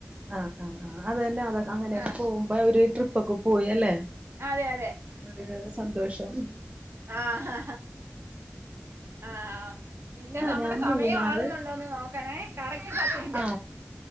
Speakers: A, on the right; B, on the right.
A: ആഹ് ആഹ് ആഹ് അതന്നെ അതൊക് അങ്ങനെയൊക്കെ
B: ആ
A: പോകുമ്പ ഒരു ട്രിപ്പൊക്കെ പോയി അല്ലേ
B: അതെ അതെ
A: ഒരോ രോ സന്തോഷം.
B: ആഹ് ആ പിന്നെ നമ്മടെ
A: ഞാൻ
B: സമയം
A: മൂന്നാറ്
B: ആകുന്നുണ്ടോന്ന് നോക്കണേ കറക്റ്റ് സമയം
A: ആ